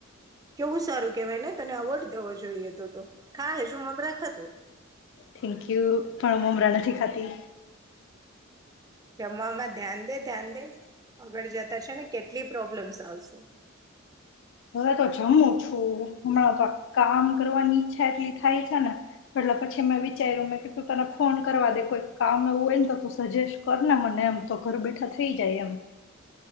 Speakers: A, on the right (about 15°); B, on the left (about 60°).
A: કેવું સારું કેહેવાય ને તને અવોર્ડ દેવો જોઈએ તો તો ખા હજુ મમરા ખાતું
B: થેન્ક યુ પણ મમરાને ી ખાતી
A: રમવામાં ધ્યાન દે ધ્યાન દે આગળ જતા છે ને કેટલી પ્રોબ્લેમ્સ આવશે
B: હવે તો જમું છું હમણાં તો કામ કરવાની ઈચ્છા એટલી થાય છે ને એટલે પછી મેં વિચાર્યું મેં કે તું તને ફોન કરવા દે કોઈ કામ એવું હોય ને તો તું સજેસ્ટ કર ને મને એમ તો ઘર બેઠા થઈ જાય એમ